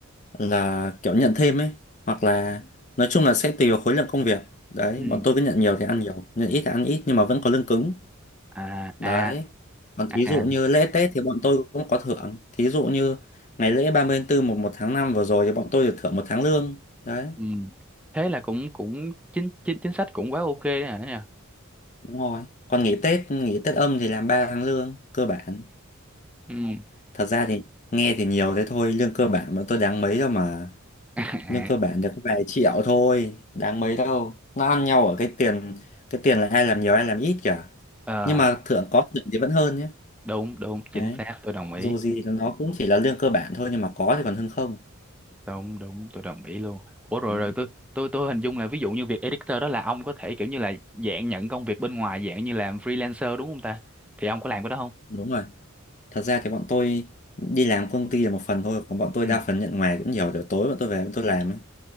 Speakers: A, on the left; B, in the centre.
A: là kiểu nhận thêm ấy hoặc là nói chung là sẽ tùy vào khối lượng công việc đấy
B: ừ
A: bọn tôi cứ nhận nhiều thì ăn nhiều nhận ít thì ăn ít nhưng mà vẫn có lương cứng
B: à
A: đấy
B: à
A: còn
B: à
A: thí dụ
B: à,
A: như lễ Tết thì bọn tôi cũng có thưởng thí dụ như ngày lễ 30 tháng tư một một tháng 5 vừa rồi thì bọn tôi được thưởng một tháng lương đấy
B: ừ thế là cũng cũng chính chính chính sách cũng quá ok đấy hả nhỉ
A: đúng rồi còn nghỉ Tết nghỉ Tết âm thì làm 3 tháng lương cơ bản
B: ừ
A: thật ra thì nghe thì nhiều thế thôi lương cơ bản mà tôi đáng mấy đâu mà
B: <laughs> à,
A: lương cơ bản được có vài triệu thôi đáng mấy đâu nó ăn nhau ở cái tiền cái tiền là ai làm nhiều ai làm ít cả
B: ờ,
A: nhưng mà thưởng có thưởng thì vẫn hơn nhé
B: đúng đúng chính
A: đấy
B: xác tôi đồng ý
A: dù gì thì nó cũng chỉ là lương cơ bản thôi nhưng mà có thì còn hơn không
B: đúng đúng tôi đồng ý luôn ủa rồi
A: đấy
B: rồi tôi tôi tôi hình dung là ví dụ như việc editor đó là ông có thể kiểu như là dạng nhận công việc bên ngoài dạng như làm freelancer đúng không ta thì ông có làm cái đó không
A: đúng rồi thật ra thì bọn tôi đi làm công ty là một phần thôi còn bọn tôi
B: ừ
A: đa phần nhận ngoài cũng nhiều kiểu tối bọn tôi về bọn tôi làm ấy